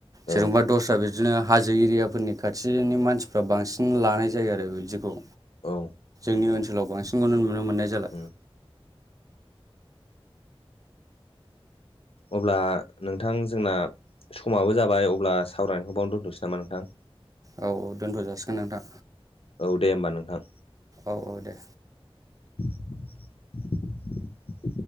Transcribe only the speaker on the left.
औ
औ
उम अब्ला नोंथां जोंना समाबो जाबाय अब्ला सावरायनायखौ बावनो दोन्थ'सै नामा नोंथां
औ दे होमबा नोंथां
<inaudible>